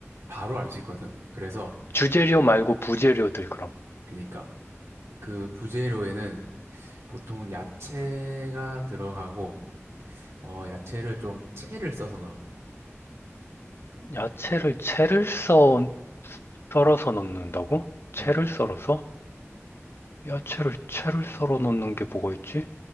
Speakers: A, on the right; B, on the left.
A: 바로 알 수 있거든. 그래서,
B: 주재료 말고 부재료들 그럼.
A: 그니까, 그 부재료에는 보통 야채가 들어가고, 어, 야채를 좀 채를 써서 넣어.
B: 야채를 채를 썰 썰어서 넣는다고? 채를
A: 음.
B: 썰어서? 야채를 채를 썰어 넣는 게 뭐가 있지?